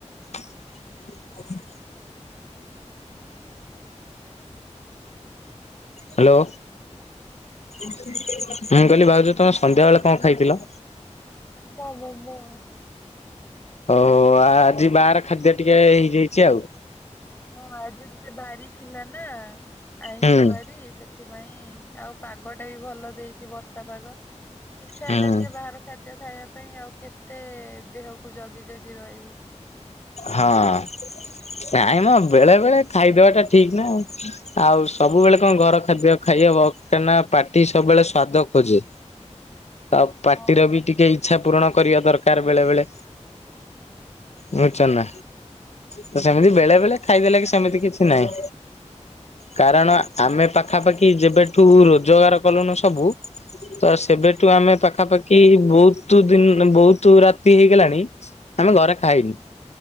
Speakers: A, on the left; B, on the left.
A: <inaudible> ହାଲୋ। ମୁଁ କହିଲି ଭାଉଜ ତମେ ସନ୍ଧ୍ୟା ବେଳେ କଁ ଖାଇଥିଲ?
B: ମଣ୍ଡା ଭୋଗ।
A: ଓହୋ ଆ ଆଜି ବାହାର ଖାଦ୍ୟ ଟିକେ ହେଇଯାଇଚି ଆଉ।
B: ହଁ ଆଜି ଟିକେ ବାରି ଥିଲା ନାଁ ଆଇଁଷ
A: ହୁଁ
B: ବାରି ସେଥି ପାଇଁ ଆଉ ପାଗଟା ବି ଭଲ ଦେଇଚି ବର୍ଷା ପାଗ। ଇଚ୍ଛା
A: ହୁଁ।
B: ହେଲା ଟିକେ ବାହାର ଖାଦ୍ୟ ଖାଇବା ପାଇଁ ଆଉ କେତେ ଦେହ କୁ ଜଗି ଜଗି ରହିବୁ।
A: ହଁ ନାଇଁ ମ ବେଳେ ବେଳେ ଖାଇଦବାଟା ଠିକ୍ ନା ଆଉ। ଆଉ ସବୁବେଳେ କଁ ଘର ଖାଦ୍ୟ ଖାଇହବ କାଁନା ପାଟି ସବୁବେଳେ ସ୍ଵାଦ ଖୋଜେ। ଆଉ ପାଟିର
B: ହଁ।
A: ବି ଟିକେ ଇଚ୍ଛା ପୂରଣ କରିବା ଦରକାର ବେଳେ ବେଳେ। ଉଁ ଚନା ତ ସେମିତି
B: ଆଜି
A: ବେଳେ ବେଳେ
B: ଜୀବନ
A: ଖାଇଦେଲେ
B: ତ କାଲିକୁ
A: କି ସେମିତି କିଛି
B: ନାହିଁ
A: ନାଇଁ।
B: ନା
A: କାରଣ ଆମେ ପାଖାପାଖି ଯେବେଠୁ ରୋଜଗାର କଲୁଣୁ ସବୁ ତ ସେବେଠୁ ଆମେ ପାଖାପା କି ବୋହୁତୁ ଦିନ୍ ବହୁତୁ ରାତି ହେଇଗଲାଣି ଆମେ ଘରେ ଖାଇନୁ।